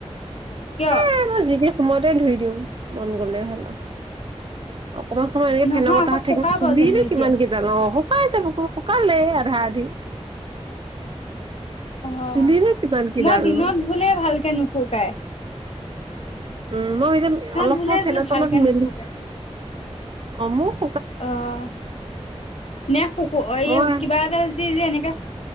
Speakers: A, on the left (about 65°); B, on the right (about 50°).
A: কিয়
B: এ <unintelligible> মইতে ধুই দিওঁ মন গলে হ'ল আও অকমান সময় এনেকে
A: নহয়
B: ফেনৰ বতাহাত
A: আকৌ
B: থাকিম
A: শুকাব
B: চুলিনো
A: জানো এতিয়া
B: কিমান কেইডাল ন শুকাই যাব ক শুকালেই আধা আধি
A: অ'
B: চুলিনো কিমান কিডালনো
A: মই দিনত ধুলে ভালকে নুফুকাই।
B: উম, মই এতিয়া অলপ
A: ধুলে
B: সময় ফেনৰতলত
A: বোলো ভালকে
B: মেলি
A: নুশুকাই
B: অমোক।
A: অ' নে শুকু এই
B: মই
A: কিবা এটা যি যে এনেকে